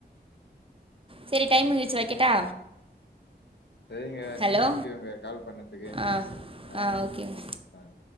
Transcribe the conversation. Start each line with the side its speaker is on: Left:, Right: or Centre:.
Right: சரி டைம் ஆய்ச்சு வைக்கட்டா
Left: சரிங்க
Right: ஹலோ?
Left: தேங்க்யூங்க கால் பண்ணத்துக்கு
Right: ஆ
Left: ஆஹ்
Right: ஆ ஓகேங்க.
Left: ஆஹ்